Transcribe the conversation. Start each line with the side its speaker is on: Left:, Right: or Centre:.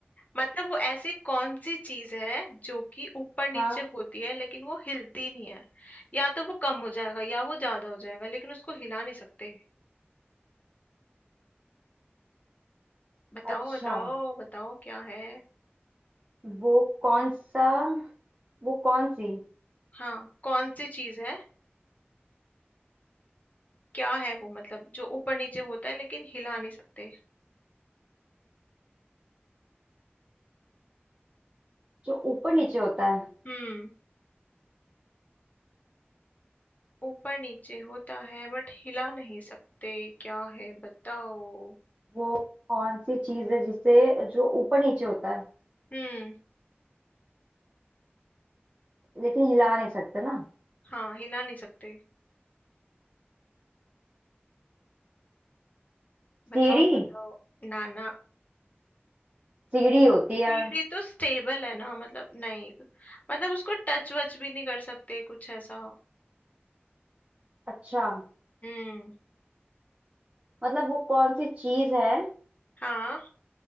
Left: मतलब वो ऐसी कौन सी चीज है जो कि ऊपर नीचे
Right: हाँ
Left: होती है लेकिन वो हिलती नहीं है या तो वो कम हो जाएगा या वो ज्यादा हो जाएगा लेकिन उसको हिला नहीं सकते बताओ
Right: अच्छा
Left: बताओ बताओ क्या है
Right: वो कौन सा वो कौन सी
Left: हाँ कौन सी चीज है क्या है वो मतलब जो ऊपर नीचे होता है लेकिन हिला नहीं सकते
Right: जो ऊपर नीचे होता है
Left: हम्म ऊपर नीचे होता है बट हिला नहीं सकते क्या है बताओ
Right: वो कौन सी चीज है जिसे जो ऊपर नीचे होता है
Left: हम्म
Right: लेकिन हिला नहीं सकते ना
Left: हाँ हिला नहीं सकते बताओ
Right: सीढ़ी
Left: बताओ ना ना
Right: सीढ़ी होती है
Left: सीढ़ी तो स्टेबल है ना मतलब नहीं मतलब उसको टच वच भी नहीं कर सकते कुछ ऐसा
Right: अच्छा
Left: हम्म
Right: मतलब वो कौन सी चीज है
Left: हाँ